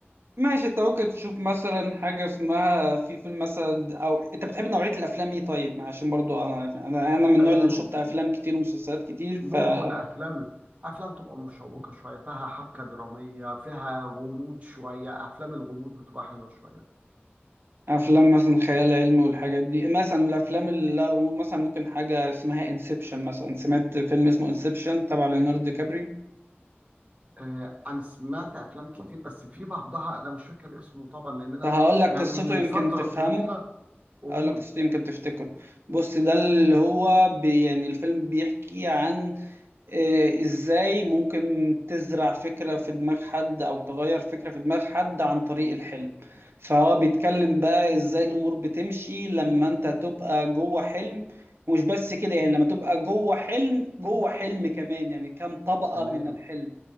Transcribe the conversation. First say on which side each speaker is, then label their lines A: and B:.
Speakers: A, on the right (about 70°); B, on the right (about 30°).
A: ماشي انت ممكن تشوف مثلا حاجه اسمها في فيلم مثلا او انت بتحب نوعيه الافلام ايه طيب عشان برضو انا انا انا من النوع
B: أم،
A: اللي شفت افلام كتير ومسلسلات كتير فافلام
B: ممكن افلام افلام تبقى مشوقه شويه فيها حبكه دراميه فيها غموض شويه افلام الغموض بتبقى حلوه شويه
A: مثلا خيال علمي والحاجات دي مثلا الافلام اللي لها غموض مثلا ممكن حاجه اسمها انسبشن مثلا سمعت فيلم اسمه انسبشن تبع ليوناردو دي كابري
B: أه، انا سمعت افلام كتير بس في بعضها انا مش فاكر اسمه طبعا لان انا
A: فهقول لك
B: يعني
A: قصته
B: من
A: يمكن
B: فتره
A: تفهمه
B: طويله اقول
A: اقول لك قصته يمكن تفتكره بص ده اللي هو بي يعني الفيلم بيحكي عن آه، ازاي ممكن تزرع فكرة في دماغ حد او تغير فكرة في دماغ حد عن طريق الحلم فهو بيتكلم بقى ازاي الامور بتمشي لما انت تبقى جوه حلم مش بس كده يعني لما تبقى جوه حلم جوه حلم كمان يعني كام طبقة
B: تمام
A: من الحلم